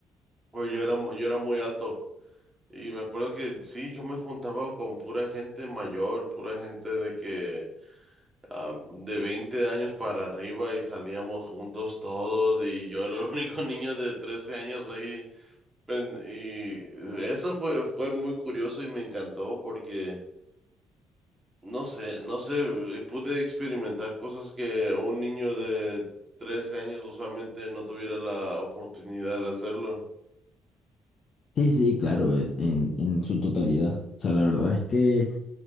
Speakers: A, on the right (about 20°); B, on the left (about 50°).
A: pues yo era, mu- yo era muy alto. Y me acuerdo que sí, yo me juntaba con pura gente mayor, pura gente de que ah, de 20 años para arriba y salíamos juntos todos y yo era el <laughs> único niño de 13 años ahí. Pen- Y eso fue, fue muy curioso y me encantó porque... No sé, no sé, eh, pude experimentar cosas que un niño de 13 años usualmente no tuviera la oportunidad de hacerlo.
B: Sí, sí, claro, es en, en su totalidad. O sea, la verdad es que